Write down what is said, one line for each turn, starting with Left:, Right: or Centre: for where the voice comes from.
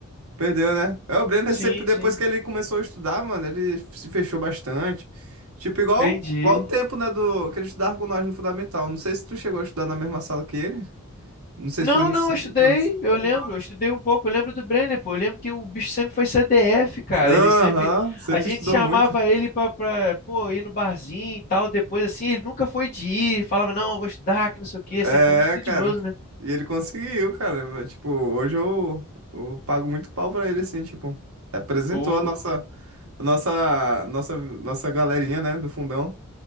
Right: Perdeu, né? É, o Brenner
Left: Sim,
Right: sempre, depois
Left: sim,
Right: que ele começou a estudar, mano, ele se fechou bastante. Tipo, igual,
Left: entendi.
Right: igual o tempo, né, do, que ele estudava com nós no Fundamental. Não sei se tu chegou a estudar na mesma sala que ele. Não sei
Left: Não,
Right: se foi no
Left: não,
Right: centro.
Left: eu estudei,
Right: não sei.
Left: eu lembro,
Right: Estudou, né?
Left: eu estudei um pouco, eu lembro do Brenner, pô, eu lembro que o bicho sempre foi CDF, cara,
Right: Aham,
Left: ele sempre,
Right: sempre
Left: a gente
Right: estudou
Left: chamava
Right: muito.
Left: ele pra, pra, pô, ir no barzinho e tal, depois assim, ele nunca foi de ir, falava, não, eu vou estudar, que não sei o quê,
Right: É,
Left: sempre foi muito estudioso,
Right: cara.
Left: né?
Right: E ele conseguiu, cara. Tipo, hoje eu, eu pago muito pau pra ele, assim, tipo, representou
Left: Pô,
Right: a nossa, a nossa, nossa, nossa galerinha, né, do fundão.